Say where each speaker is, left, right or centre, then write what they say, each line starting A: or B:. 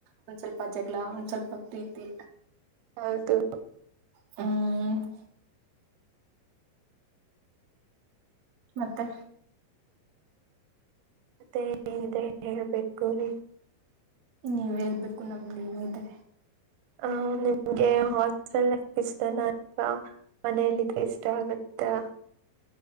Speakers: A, on the right; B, on the right.
A: ಒಂದ್ ಸ್ವಲ್ಪ ಜಗಳ ಒಂದ್ ಸ್ವಲ್ಪ ಪ್ರೀತಿ
B: ಹೌದು
A: ಹ <unintelligible> ಮತ್ತೆ
B: ತಿಂದೆ ಹೇಳೇಳ್ರಿ
A: ನೀವ ಹೇಳ್ಬೇಕು ನಮಲ್ಲಿರೆ
B: ಹ ನಿಮ್ಗೆ ಹಾಸ್ಟೆಲ್ ಲಫ್ ಇಷ್ಟನ ಅಲ್ವಾ ಮನೆಯಲ್ಲಿದೆ ಇಷ್ಟ ಆಗತ್ತ